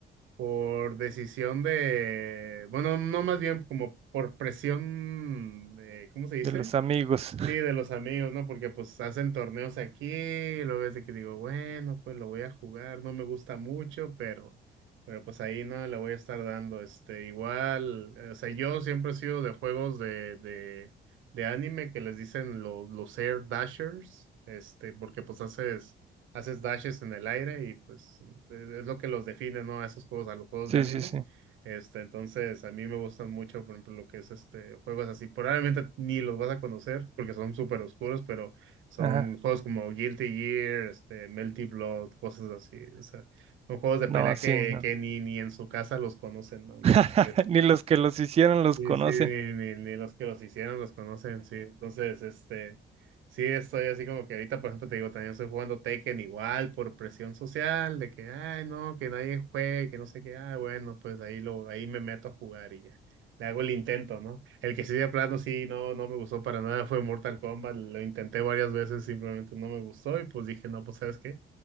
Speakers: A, on the right; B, on the right.
A: por decisión de, bueno, no más bien como por presión, eh, ¿cómo se dice?
B: de los amigos.
A: Sí, de los amigos, ¿no? Porque pues hacen torneos aquí, y luego es de que digo, bueno, pues lo voy a jugar, no me gusta mucho, pero, pero pues ahí no le voy a estar dando, este, igual, eh, o sea, yo siempre he sido de juegos de, de, de anime que les dicen lo- los air dashers, este, porque pues haces, haces dashes en el aire y pues es es lo que los define, ¿no? A esos juegos, a los juegos
B: Sí,
A: de anime.
B: sí, sí.
A: Este, entonces, a mí me gustan mucho, por ejemplo, lo que es este, juegos así. Probablemente ni los vas a conocer porque son súper oscuros, pero son
B: Ajá.
A: juegos como Guilty Gear, este, Melty Blood, cosas así. O sea, son juegos de pelea
B: No,
A: que,
B: sí, no.
A: que ni, ni en su casa los conocen, ¿no? Entonces,
B: <laughs> Ni los que los hicieron los
A: Sí,
B: conocen.
A: sí, ni, ni- ni los que los hicieron los conocen, sí. Entonces, este, sí, estoy así como que ahorita, por ejemplo, te digo, también estoy jugando Tekken igual por presión social, de que, ay, no, que nadie juegue, que no sé qué, ah, bueno, pues ahí lo, ahí me meto a jugar y ya. Le hago el intento, ¿no? El que sí de plano sí, no, no me gustó para nada fue Mortal Kombat, lo intenté varias veces, simplemente no me gustó y pues dije, no, pues, ¿sabes qué?